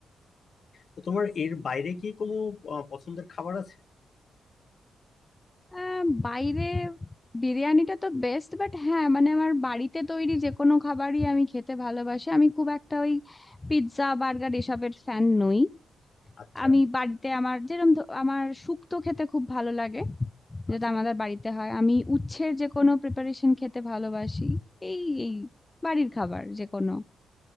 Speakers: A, on the left; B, on the left.
A: তো তোমার এর বাইরে কি কোনো আহ, পছন্দের খাবার আছে
B: আহ, বাইরে বিরিয়ানিটা তো বেস্ট বাট হ্যাঁ মানে আমার বাড়িতে তৈরি যে কোনো খাবারই আমি খেতে ভালোবাসি আমি খুব একটা ওই পিৎজা বার্গার এসবের ফ্যান নই
A: আচ্ছা
B: আমি বাড়িতে আমার যেরকম আমার শুক্তো খেতে খুব ভালো লাগে যেটা
A: আচ্ছা
B: আমাদের বাড়িতে হয় আমি উচ্ছের যে কোনো প্রিপারেশন খেতে ভালোবাসি এই এই বাড়ির খাবার যে কোনো